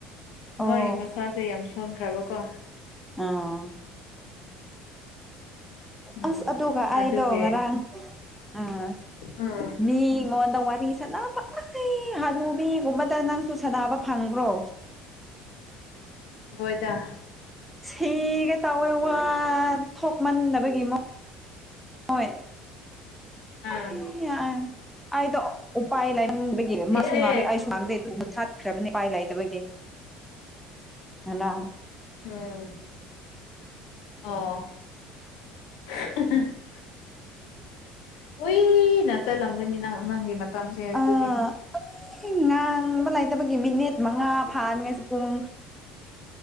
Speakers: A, in the centre; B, on the left (about 75°).
A: ꯑꯣ
B: ꯃꯥꯒꯤ ꯃꯁꯥꯁꯦ ꯌꯥꯝ ꯁꯣꯟꯈ꯭ꯔꯕꯀꯣ
A: ꯑꯥ
B: ꯎꯝ
A: ꯑꯁ ꯑꯗꯨꯒ ꯑꯩꯗꯣ
B: ꯑꯗꯨꯒꯤ
A: ꯉꯔꯥꯡ ꯑꯝ
B: ꯎꯝ
A: ꯃꯤ ꯉꯣꯟꯗ ꯋꯥꯔꯤ ꯁꯥꯅꯕ ꯑꯍꯤ ꯍꯅꯨꯕꯤꯒꯨꯝꯕꯗ ꯅꯪꯁꯨ ꯁꯥꯟꯅꯕ ꯐꯪꯕ꯭ꯔꯣ
B: ꯍꯣꯏꯗ
A: ꯁꯤꯒꯦ ꯇꯧꯋꯦ ꯋꯥ ꯊꯣꯛꯃꯟꯗꯕꯒꯤ ꯃ ꯃꯣꯏ
B: ꯑꯥ
A: ꯑꯩꯌꯥ ꯑꯩꯗꯣ ꯎꯄꯥꯏ ꯂꯥꯏꯃꯟꯕꯒꯤ ꯃꯥꯁꯨ
B: ꯏꯆꯦ
A: ꯉꯥꯡꯗꯦ ꯑꯩꯁꯨ ꯉꯥꯡꯗꯦ ꯑꯗꯨ ꯃꯨꯊꯠ ꯈ꯭ꯔꯕꯅꯤ ꯎꯄꯥꯏ ꯂꯩꯗꯕꯒꯤ ꯉꯔꯥꯡ
B: ꯎꯝ ꯑꯣ <unintelligible> ꯀꯨꯏꯅ ꯆꯠꯂꯝꯒꯅꯤ ꯅꯪ ꯑꯉꯥꯡꯒꯤ ꯃꯇꯝꯁꯦ
A: ꯑꯥ
B: ꯗꯨꯗꯤ
A: ꯉꯥꯡꯕ ꯂꯩꯇꯕꯒꯤ ꯃꯤꯅꯤꯠ ꯃꯉꯥ ꯐꯥꯅꯤꯡꯉꯥꯁꯨ ꯄꯨꯡ